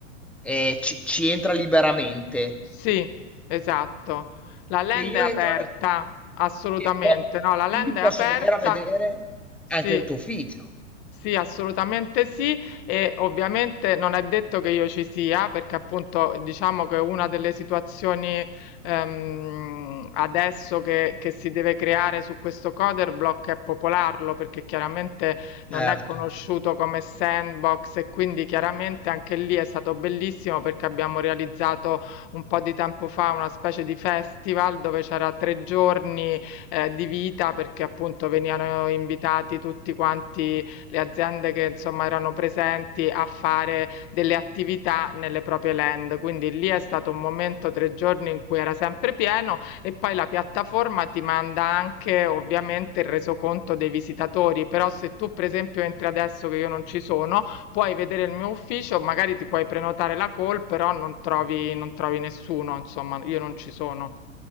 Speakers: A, in the centre; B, on the left (about 40°).
A: eh, ci, ci entra liberamente,
B: Sì, esatto. La land
A: se io
B: è aperta,
A: entro...
B: assolutamente.
A: E po-
B: No, la
A: quindi
B: land
A: posso
B: è aperta.
A: venire a vedere
B: Sì.
A: anche il tuo ufficio.
B: Sì, assolutamente sì, e ovviamente non è detto che io ci sia, perché appunto diciamo che una delle situazioni ehm, adesso che, che si deve creare su questo Coderblock è popolarlo, perché chiaramente non
A: Certo.
B: è conosciuto come sandbox e quindi chiaramente anche lì è stato bellissimo perché abbiamo realizzato un po' di tempo fa una specie di festival dove c'era 3 giorni, ehm, di vita perché appunto venivano invitati tutti quanti le aziende che insomma erano presenti a fare delle attività nelle proprie land. Quindi lì è stato un momento 3 giorni in cui era sempre pieno e poi la piattaforma ti manda anche ovviamente il resoconto dei visitatori, però se tu per esempio entri adesso che io non ci sono, Puoi vedere il mio ufficio, magari ti puoi prenotare la call, però non trovi, non trovi nessuno, insomma, io non ci sono.